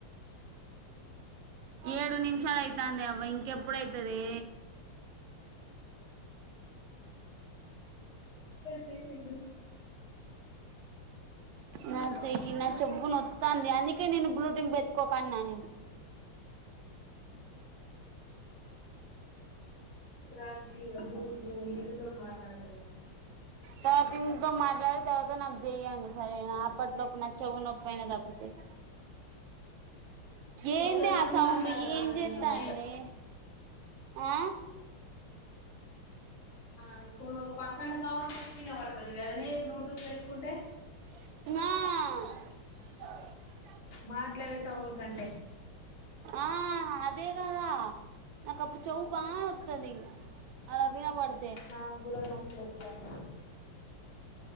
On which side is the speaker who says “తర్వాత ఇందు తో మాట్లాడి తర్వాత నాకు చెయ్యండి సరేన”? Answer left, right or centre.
Right